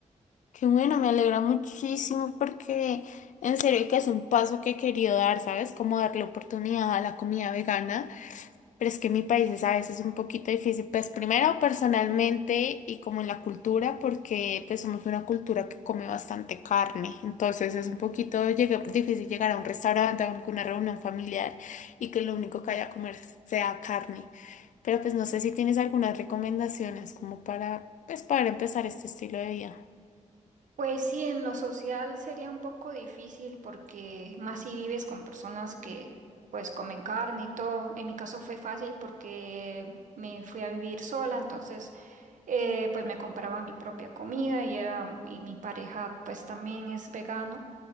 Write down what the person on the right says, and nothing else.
Pues sí, en lo social sería un poco difícil porque más si vives con personas que pues comen carne y todo. En mi caso fue fácil porque me fui a vivir sola, entonces eh, pues me compraba mi propia comida y era y mi pareja pues también es vegano.